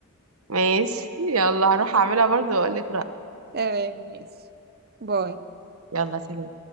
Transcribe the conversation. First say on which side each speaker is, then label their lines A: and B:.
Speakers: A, on the right; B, on the right.
A: ماشي يلا هروح اعملها برضو واقول لك رأيي
B: <laughs> تمام ماشي باي
A: يلا سلام